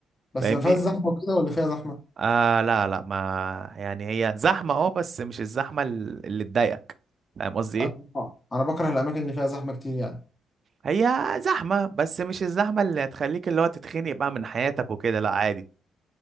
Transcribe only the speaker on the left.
بس
ما فيهاش زحمه وكده ولا فيها زحمه
آه. طبعاً. انا بكره الاماكن اللي فيها زحمه كتير يعني